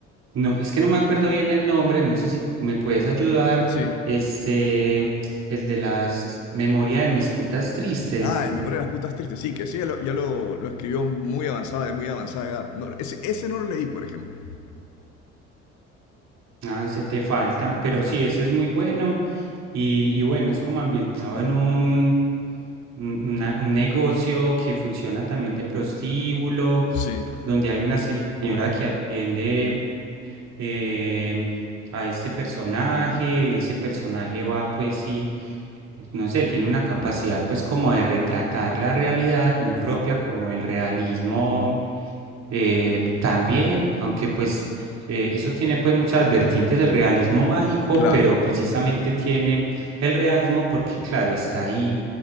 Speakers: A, on the right; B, on the left.
A: no, es que no me acuerdo bien el nombre, no sé si me puedes ayudar,
B: Sí.
A: este, el de las memorias de mis putas tristes.
B: Ah, el Memoria de las Putas Tristes, sí, que sí, ya lo, ya lo- lo escribió muy avanzada, de muy avanzada edad. No, ese, ese no lo leí, por ejemplo.
A: Ah, ese te faltan, pero
B: Ajá.
A: sí, ese es muy bueno y, y bueno, es como ambientado en un, un una- un negocio que funciona también de prostíbulo,
B: Sí.
A: donde hay una señora que atiende eh, a este personaje y ese personaje va pues y no sé, tiene una capacidad pues como de retratar la realidad muy
B: Ajá.
A: propia como el realismo eh, también, aunque pues eh, eso tiene pues muchas vertientes del realismo mágico,
B: Claro.
A: pero precisamente tiene el realismo porque claro, está ahí